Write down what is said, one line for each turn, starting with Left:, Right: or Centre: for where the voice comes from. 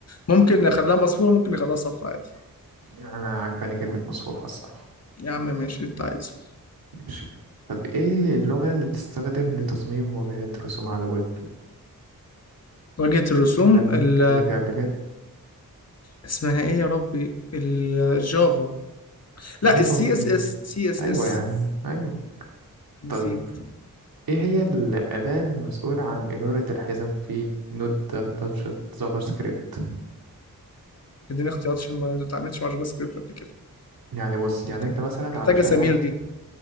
Left: ممكن نخليها مصفوفة ممكن نخليها صف عادي
Right: يعني انا عجباني كلمة مصفوفة الصراحة
Left: يا عم ماشي اللي انت عايزه
Right: ماشي طب ايه اللغة اللي بتستخدم لتصميم واجهات رسوم على الويب
Left: واجهة الرسوم
Right: كلام
Left: ال...
Right: كلامنا فيها قبل كده
Left: اسمها ايه يا ربي الجافا
Right: جافا
Left: لا السي
Right: مين
Left: اس اس سي اس
Right: أيوة
Left: اس
Right: يا عم أيوة
Left: نسيت
Right: طيب إيه هي الأداة المسؤولة عن إدارة الحزم في نود بادجت جافا سكريبت
Left: اديني اختيارات عشان ما اتعاملتش مع جافا سكريبت قبل كده
Right: يعني بص يعني
Left: محتاجة
Right: أنت مثلا
Left: محتاجة
Right: علشان
Left: سمير
Right: عايز
Left: دي